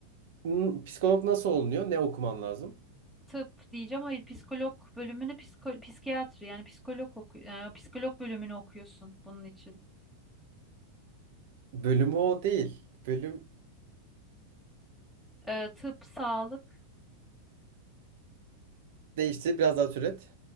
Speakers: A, on the right; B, in the centre.
A: n- psikolog nasıl olunuyor? Ne okumam lazım?
B: tıp diyeceğim. Hayır, psikolog bölümünü psiko- psikiyatri yani psikolog oku e, psikolog bölümünü okuyorsun bunun için.
A: Bölümü o değil. Bölüm
B: E, tıp, sağlık,
A: değişti. Biraz daha türet.